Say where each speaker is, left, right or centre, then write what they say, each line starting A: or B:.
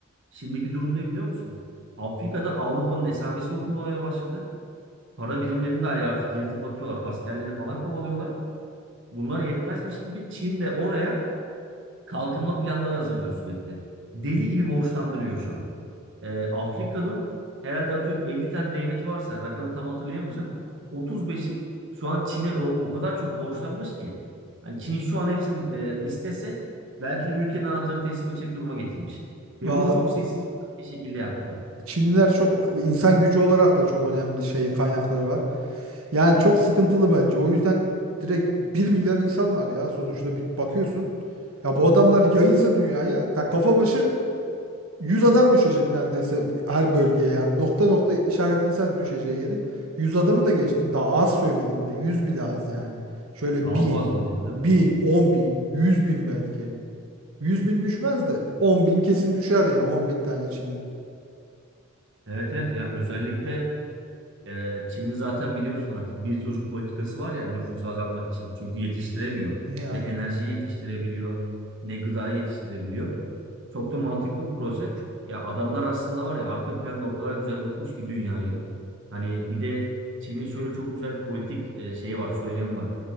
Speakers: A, on the right (about 60°); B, on the right (about 80°).
A: Şimdiki durum ne biliyor musun? Afrika'da Avrupa'nın esamesi okunmaya başladı. Para birimlerini de artık yırtıp atıyorlar. Askerlerini falan kovalıyorlar. Bunlar yetmezmiş gibi Çin de oraya kalkınma planları hazırlıyor sürekli. Deli gibi borçlandırıyor şu an. Ee, Afrika'nın herhalde atıyorum 50 tane devleti varsa rakamı tam hatırlayamayacağım. 35'i şu an Çin'e o, o kadar çok borçlanmış ki. Hani Çin şu an hepsini e, istese belki de ülkenin anahtarını teslim edecek duruma getirmiş. Ve
B: Valla
A: bunu çok sessiz bir şekilde yaptılar.
B: Çinliler çok insan gücü olarak da çok önemli şey kaynakları var. Yani çok sıkıntılı bence. O yüzden direkt bir milyar insan var ya sonuçta bir bakıyorsun. Ya bu adamlar yayılsa dünyaya ya kafa başı 100 adam düşecek neredeyse her bölgeye ya. Nokta nokta işaretlesen düşeceği yeri. yüz adamı da geçtim. Daha az söyledim bile. 100 bile az yani. Şöyle
A: Daha
B: 1000,
A: fazla da bir adam.
B: 1000, 10 bin, 100 bin belki. 100 bin düşmez de 10 bin kesin düşer ya 10 bin tane Çinli.
A: Evet evet ya özellikle Ee, Çin'in zaten biliyorsun artık bir çocuk politikası var ya nüfusu azaltmak için. Çünkü yetiştiremiyor.
B: Yani.
A: Ne enerjiyi yetiştirebiliyor, ne gıdayı yetiştirebiliyor. Çok da mantıklı bir proje. Ya adamlar aslında var ya arka planda o kadar güzel yutmuş ki dünyayı. Hani bir de Çin'in şöyle çok güzel bir politik e, şeyi var, söylemi var.